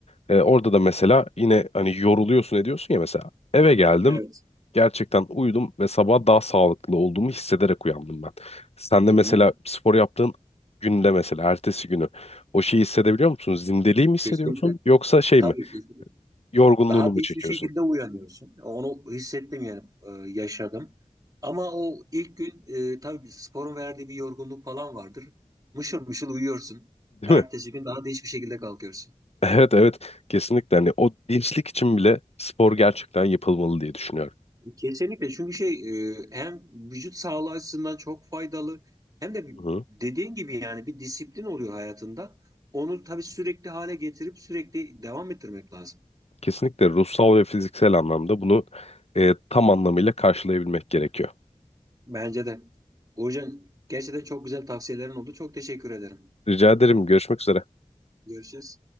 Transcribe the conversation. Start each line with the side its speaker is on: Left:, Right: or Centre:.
Left: Ee, orada da mesela yine hani yoruluyorsun ediyorsun ya mesela eve geldim
Right: evet.
Left: gerçekten uyudum ve sabah daha sağlıklı olduğumu hissederek uyandım ben. Sen de
Right: Ya
Left: mesela
Right: bu
Left: spor yaptığın günde mesela ertesi günü o şeyi hissedebiliyor musun? Zindeliği mi hissediyorsun
Right: kesinlikle.
Left: yoksa şey
Right: Tabii
Left: mi
Right: kesinlikle.
Left: yorgunluğunu
Right: Daha
Left: mu
Right: da hiçbir
Left: çekiyorsun?
Right: şekilde uyanıyorsun. Onu hissettim yani, e, yaşadım. Ama o ilk gün e, tabii sporun verdiği bir yorgunluk falan vardır. Mışıl mışıl uyuyorsun.
Left: Değil
Right: Ertesi
Left: mi?
Right: gün daha da hiçbir şekilde kalkıyorsun.
Left: <laughs> Evet evet kesinlikle hani o dinçlik için bile spor gerçekten yapılmalı diye düşünüyorum.
Right: Kesinlikle çünkü şey e, hem vücut sağlığı açısından çok faydalı hem de
Left: Hı
Right: dediğin gibi yani bir disiplin oluyor hayatında. Onu tabii sürekli hale getirip sürekli devam ettirmek lazım.
Left: Kesinlikle ruhsal ve fiziksel anlamda bunu e, tam anlamıyla karşılayabilmek gerekiyor.
Right: Bence de. Burcu gerçekten çok güzel tavsiyelerin oldu. Çok teşekkür ederim.
Left: Rica ederim görüşmek üzere.
Right: Görüşürüz.